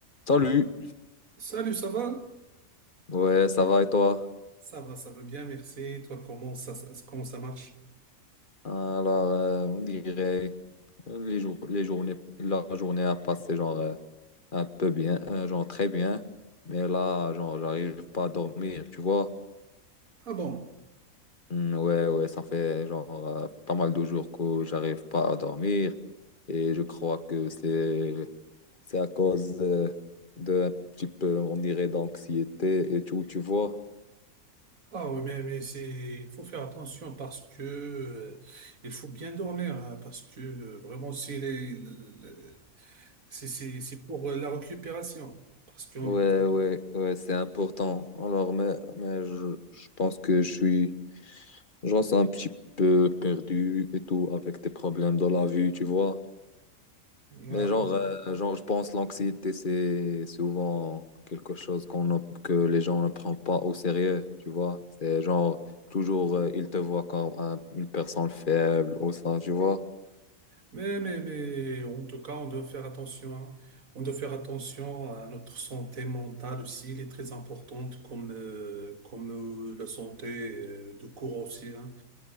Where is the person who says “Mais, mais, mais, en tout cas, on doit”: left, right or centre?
Right